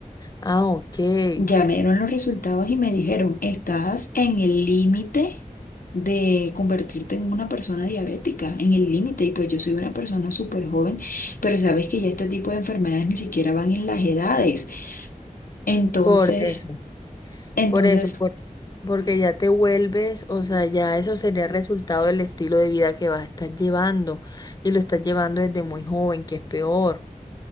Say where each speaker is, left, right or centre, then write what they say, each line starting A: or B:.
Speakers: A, on the left; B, on the left.
A: Ah, ok.
B: Ya me dieron los resultados y me dijeron, estás en el límite de convertirte en una persona diabética, en el límite, y pues yo soy una persona súper joven, pero sabes que ya este tipo de enfermedades ni siquiera van en las edades. Entonces,
A: Por eso.
B: entonces
A: Por eso, por- porque ya te vuelves, o sea, ya eso sería el resultado del estilo de vida que vas a estar llevando y lo estás llevando desde muy joven, que es peor,